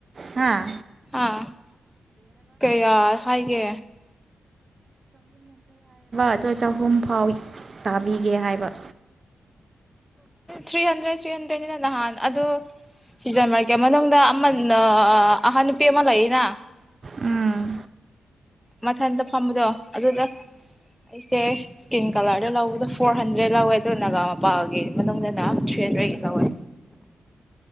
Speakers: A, on the right; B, in the centre.
A: ꯍꯥꯥ
B: ꯑꯥ ꯀꯌꯥ ꯍꯥꯏꯒꯦ
A: ꯑꯗꯨ ꯆꯍꯨꯝ ꯐꯥꯎ ꯇꯥꯕꯤꯒꯦ ꯍꯥꯏꯕ
B: ꯊ꯭ꯔꯤ ꯍꯟꯗ꯭ꯔꯦꯗ ꯊ꯭ꯔꯤ ꯍꯟꯗ꯭ꯔꯦꯠꯅꯤꯅ ꯅꯍꯥꯟ ꯑꯗꯨ ꯁꯤꯖꯟ ꯃꯔꯔꯀꯤꯦ ꯃꯅꯨꯡꯗ ꯑꯃ ꯑꯍꯟ ꯅꯨꯄꯤ ꯑꯃ ꯂꯩꯏꯅ
A: ꯎꯝ
B: ꯃꯊꯟꯇ ꯐꯝꯕꯗꯣ ꯑꯗꯨꯗ ꯑꯩꯁꯦ ꯏꯁꯀꯤꯟ ꯀꯂꯔꯗ ꯂꯧꯕꯗꯣ ꯐꯣꯔ ꯍꯟꯗ꯭ꯔꯦꯗ ꯂꯧꯋꯦ ꯑꯗꯨꯅꯒ ꯃꯄꯥꯒꯤ ꯃꯅꯨꯡꯅ ꯊ꯭ꯔꯤ ꯍꯟꯗ꯭ꯔꯦꯗ ꯂꯧꯋꯦ